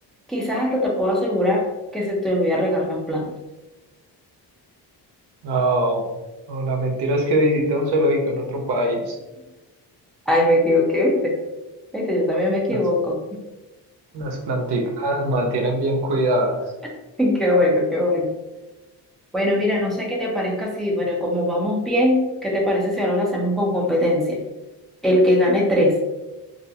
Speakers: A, in the centre; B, on the right.
A: quizás hasta te puedo asegurar que se te olvida regar las plantas.
B: No, no, la mentira es que visita un zoológico en otro país.
A: Ay, me equivoqué, ¿viste? Viste, yo también me equivoco.
B: Las, las planticas mantienen bien cuidadas.
A: <laughs> Qué bueno, qué bueno. Bueno, mira, no sé qué te parezca si, bueno, como vamos bien, ¿qué te parece si ahora lo hacemos con competencia? El que gane tres,